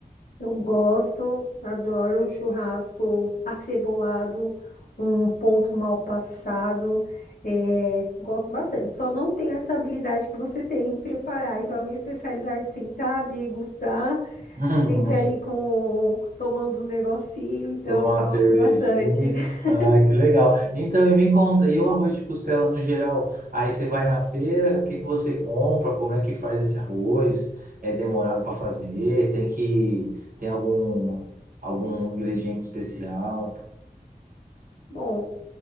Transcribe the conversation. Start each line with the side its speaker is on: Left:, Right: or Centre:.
Left: Eu gosto, adoro um churrasco acebolado, um ponto mal passado. é, gosto bastante. Só não tenho essa habilidade que você tem em preparar. Então, a minha especialidade é sentar, degustar,
Right: Hum,
Left: sempre ali com tomando um negocinho. Então,
Right: Tomar uma
Left: gosto
Right: cervejinha.
Left: bastante. <laughs>
Right: Ah, que legal. Então, e me conta, e o arroz de costela no geral? Aí você vai na feira, o que que você compra? Como é que faz esse arroz? É demorado para fazer? Tem que tem algum algum ingrediente especial?
Left: Bom,